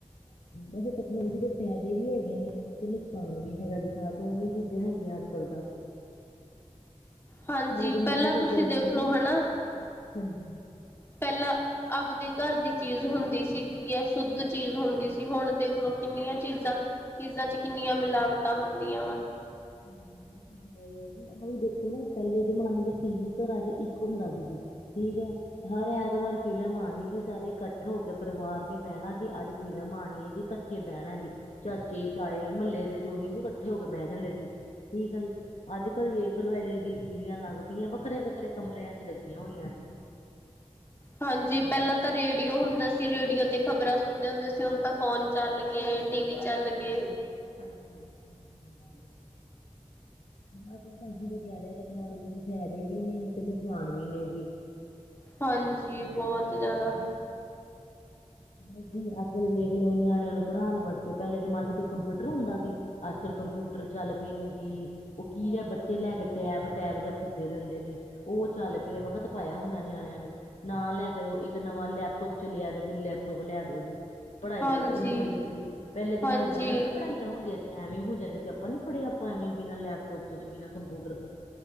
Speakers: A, on the left; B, on the left.
A: ਵੈਸੇ ਟੈਕਨੋਲੋਜੀ ਦੇ ਫਾਇਦੇ ਵੀ ਹੈਗੇ ਨੇ ਤੇ ਨੁਕਸਾਨ ਵੀ ਹੈਗਾ ਜੀ ਦੋਵੇਂ ਚੀਜ਼ਾਂ ਹੈਗੀਆਂ ਅੱਜ-ਕੱਲ੍ਹ ਤਾਂ
B: ਹਾਂਜੀ
A: ਪਹਿਲੇ ਜਮਾਨੇ
B: ਪਹਿਲਾਂ
A: ਚ
B: ਤੁਸੀਂ
A: ਵੇਖ
B: ਦੇਖਲੋ
A: ਲੋ
B: ਹਨਾ
A: ਹਾਂਜੀ
B: ਪਹਿਲਾਂ ਆਪਦੇ ਘਰ ਦੀ ਚੀਜ਼ ਹੁੰਦੀ ਸੀਗੀ ਹੈ ਸ਼ੁੱਧ ਚੀਜ਼ ਹੁੰਦੀ ਸੀ ਹੁਣ ਦੇਖ ਲਓ ਕਿੰਨੀਆਂ ਚੀਜ਼ਾਂ ਚੀਜ਼ਾਂ ਚ ਕਿੰਨੀਆਂ ਮਿਲਾਵਟਾਂ ਹੁੰਦੀਆਂ ਵਾ
A: ਹਾਂਜੀ ਹੈ ਜੀ ਆਹ ਵੀ ਦੇਖੋ ਨਾ ਪਹਿਲੇ ਜਮਾਨੇ ਚ ਟੀ-ਵੀ ਘਰਾਂ ਚ ਇੱਕ ਹੁੰਦਾ ਸੀ ਠੀਕ ਏ ਹਰ ਐਤਵਾਰ ਫ਼ਿਲਮ ਆਣੀ ਜੀ ਸਾਰੇ ਇਕੱਠ ਹੋ ਕੇ ਪਰਿਵਾਰ ਨੇ ਬਹਿਣਾ ਕਿ ਅੱਜ ਫਿਲਮ ਆਣੀ ਹੈ ਜੀ ਇਕੱਠ ਇਕੱਠੇ ਬਹਿਣਾ ਜੀ, ਚਾਚੇ, ਤਾਏ ਮੁਹੱਲੇ ਦੇ ਜੋ ਵੀ ਸੀ, ਇਕੱਠੇ ਹੋ ਕੇ ਬਹਿ ਜਾਂਦੇ ਸੀ। ਠੀਕ ਆ ਜੀ, ਅੱਜ ਕੱਲ੍ਹ ਵੇਖ ਲੋ ਐਲ -ਈ -ਡੀ। ਟੀਵੀਆਂ ਲੱਗ ਪਈਆਂ, ਵੱਖਰੇ- ਵੱਖਰੇ ਕਮਰਿਆਂ ਚ ਲੱਗੀਆਂ ਹੋਈਆਂ ਜੀ।
B: ਹਾਂਜੀ ਪਹਿਲਾਂ ਤਾਂ ਰੇਡੀਓ ਹੁੰਦਾ ਸੀ ਰੇਡੀਓ ਤੇ ਖ਼ਬਰਾਂ ਸੁਣਦੇ ਹੁੰਦੇ ਸੀ ਹੁਣ ਤਾਂ ਫੋਨ ਚੱਲ ਗਏ ਟੀਵੀ ਚੱਲ ਗਏ
A: ਹਾਂਜੀ ਹਾਂਜੀ ਗ ਤਾਂ ਅਸੀਂ ਤਾਂ ਕਹਿ ਰਹੇ ਹਾਂ ਟੈਕਨੋਲੋਜੀ ਦੇ ਫਾਇਦੇ ਵੀ ਨ ਤੇ ਨੁਕਸਾਨ ਵੀ ਨੇ ਜੀ,
B: ਹਾਂਜੀ ਬਹੁਤ ਜ਼ਿਆਦਾ
A: ਹਾਂਜੀ ਅੱਜ ਕੱਲ ਵੇਖ ਲੋ ਨਿਆਣਿਆਂ ਨੂੰ ਪੜ੍ਹਾਉਣ ਵਾਸਤੇ ਪਹਿਲੇ ਜਮਾਨੇ ਚ ਕੰਪਿਊਟਰ ਹੁੰਦਾ ਸੀ, ਅੱਜ-ਕੱਲ ਕੰਪਿ ਟਰ ਚੱਲ ਪਏ ਨੇ ਜੀ ਉਹ ਕੀ ਜ ਬੱਚੇ ਲੈ ਕੇ ਟੈਬ ਟੈਬ ਜਾਂ ਫਿਰਦੇ ਰਹਿੰਦੇ ਨੇ, ਉਹ ਚੱਲ ਪਿਆ ਵਖਤ ਪਾਇਆ ਹੁੰਦਾ ਨਿਆਣਿਆਂ ਨੇ, ਨਾ ਲੈ ਕੇ ਦੇਵੋ, ਇੱਕ ਨਵਾਂ ਲੈਪਟੋਪ ਚਲਿਆ ਜ ਲੈ ਲਿਆ ਦੋ ਜੀ ਪੜ੍ਹਾਈ
B: ਹਾਂਜੀ
A: ਉੱਥੇ ਹੋਣੀ ਹੈ ਜੀ, ਪਹਿਲੇ ਜਮਾਨੇ
B: ਹਾਂਜੀ
A: ਚ ਐਵੇਂ ਕੋਈ ਪੜ੍ਹਾਈ ਹੁੰਦੀਆਂ ਸੀ, ਐਵੇ ਹੀ ਹੋ ਜਾਂਦੇ ਸੀ, ਆਪਾਂ ਨੀ ਪੜ੍ਹੇ ਆਪਾਂ, ਐਵੇਂ ਬਿਨਾਂ ਲੈਪਟੋਪ ਤੋਂ, ਤੇ ਬਿਨਾਂ ਕੰਪਿਊਟਰ ਤੋਂ